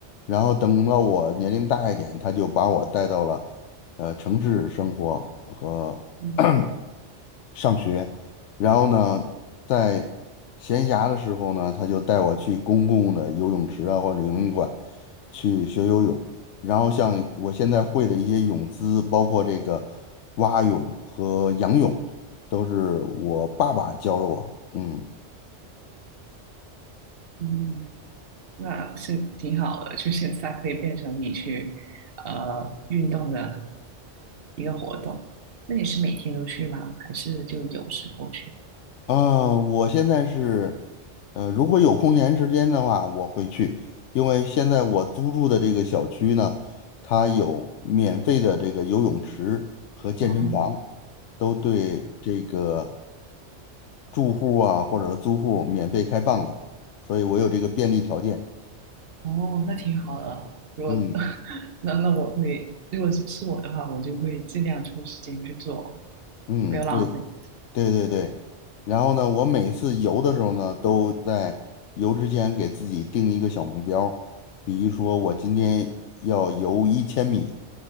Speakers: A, on the left; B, on the right.
A: 然后等到我年龄大一点，他就把我带到了呃城市生活和
B: 嗯
A: <clears throat> 上学，然后呢，在闲暇的时候呢，他就带我去公共的游泳池啊或者游泳馆去学游泳。然后像我现在会的一些泳姿，包括这个蛙泳和仰泳，都是我爸爸教的我。嗯。
B: 嗯，那是挺好的，就现在可以变成你去呃运动的一个活动。那你是每天都去吗？还是就有时候去？
A: 啊，我现在是，呃，如果有空闲时间的话，我会去，因为现在我租住的这个小区呢，它有免费的这个游泳池和健身房，
B: 哦，
A: 都对这个住户啊或者是租户免费开放的，所以我有这个便利条件。
B: 哦，那挺好的啊。如果
A: 嗯
B: <laughs> 那那我会，如果是是我的话，我就会尽量抽时间去做，
A: 嗯，
B: 不要浪费。
A: 对。对对对，然后呢，我每次游的时候呢，都在游之前给自己定一个小目标儿比如说我今天要游一千米，